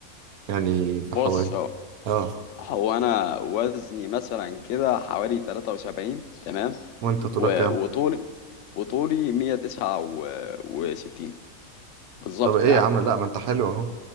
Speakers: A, on the right; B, on the left.
A: يعني في
B: بص
A: حوالي
B: هو
A: اه
B: هو انا وزني مثلا كده حوالي 73 تمام
A: وانت طولك
B: و-
A: كام
B: وطولي وطولي 169 بالظبط
A: طب ايه
B: يعني
A: يا عم لا ما انت حلو اهو